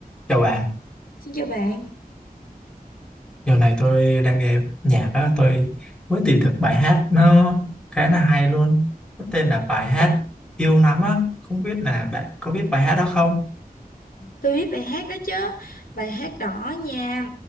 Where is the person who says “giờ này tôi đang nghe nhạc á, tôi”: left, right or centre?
Centre